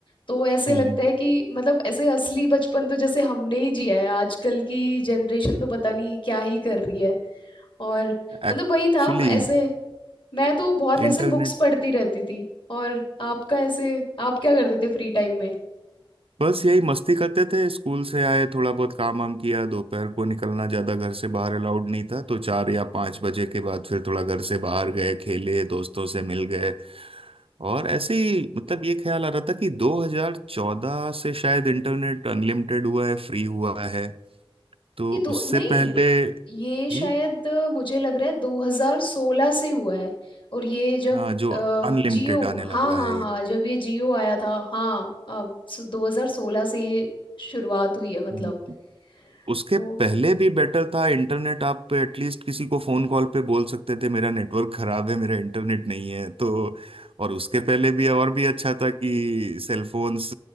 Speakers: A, on the left; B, on the right.
A: तो ऐसे
B: हम्म
A: लगता है कि मतलब ऐसे असली बचपन तो जैसे हमने ही जिया है आजकल की जनरेशन तो पता नहीं क्या ही कर रही है और मतलब
B: एक्चुअली
A: वही था ऐसे मैं तो बहुत ऐसे
B: इंटरनेट
A: बुक्स पढ़ती रहती थी और आपका ऐसे आप क्या करते थे फ्री टाइम में
B: बस यही मस्ती करते थे स्कूल से आए थोड़ा बहुत काम वाम किया दोपहर को निकलना ज्यादा घर से बाहर अलाउड नहीं था तो चार या पांच बजे के बाद फिर थोड़ा घर से बाहर गए खेले दोस्तों से मिल गए और ऐसे ही मतलब ये ख्याल आ रहा था कि 2014 से शायद इंटरनेट अनलिमिटेड हुआ है फ्री हुआ है तो
A: ये दो
B: उससे
A: नहीं
B: पहले
A: ये शायद
B: जी
A: अ, मुझे लग रहा है 2016 से हुआ है और ये जब
B: हाँ जो
A: अ,
B: अनलिमिटेड
A: जियो
B: आने
A: हाँ
B: लगा
A: हाँ
B: है
A: हाँ जब ये जियो आया था हाँ अब सो 2016 से ये शुरुआत हुई है मतलब
B: ये उसके
A: तो
B: पहले भी बेटर था इंटरनेट आप एटलीस्ट किसी को फोन कॉल पे बोल सकते थे मेरा नेटवर्क खराब है मेरा इंटरनेट नहीं है तो और उसके पहले भी और भी अच्छा था कि सेलफोन्स